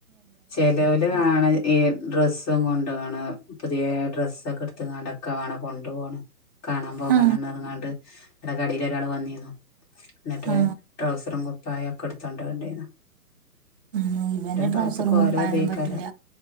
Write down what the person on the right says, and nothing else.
ആ
ആ
ഉം ഇവന് ട്രൗസറും
കുപ്പായൊന്നും
പറ്റൂല